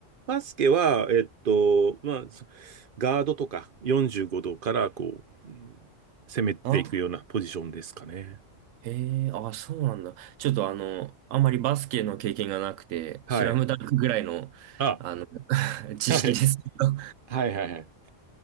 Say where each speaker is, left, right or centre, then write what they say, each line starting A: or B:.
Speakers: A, on the right (about 50°); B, on the right (about 85°).
A: バスケは、えっと、まあ、そガードとか45度からこう、うん攻めていくようなポジションですかね。
B: あ、へえ、あ、そうなんだ。ちょっとあの、あんまりバスケの経験がなくて、
A: はい。
B: スラムダンクぐらいの、
A: あ、
B: あの、<laughs> 知識ですけど。
A: はい。はいはいはい。